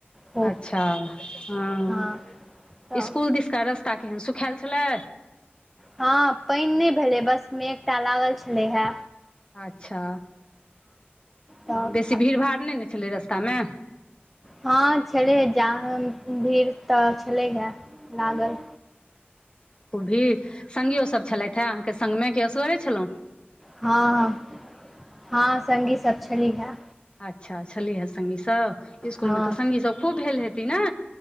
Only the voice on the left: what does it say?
अच्छा हाॅं
स्कूल दिसका रास्ता केहन, सुखायल छलै।
अच्छा,
बेसी भीड़ भाड़ नहि ने छलै रस्तामे।
ओ भीर सङ्गियो सब छलथि हे, अहाँके सङ्गमे कि असगरे छलहुॅं।
अच्छा छलीहे सङ्गी सब, स्कूलमे
तऽ सङ्गी सब खूब भेल हेती नै?